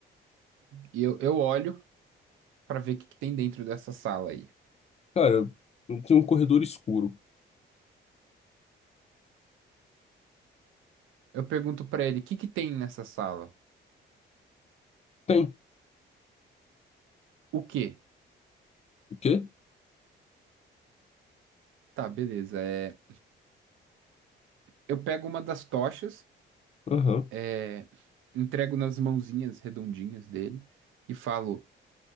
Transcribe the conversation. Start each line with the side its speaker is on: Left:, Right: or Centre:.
Right: E eu, eu olho pra ver o que que tem dentro dessa sala aí.
Left: Cara, tem um corredor escuro.
Right: Eu pergunto pra ele: O que que tem nessa sala?
Left: Tem.
Right: O quê?
Left: O quê?
Right: Tá, beleza. É, eu pego uma das tochas,
Left: Aham.
Right: é, entrego nas mãozinhas redondinhas dele e falo: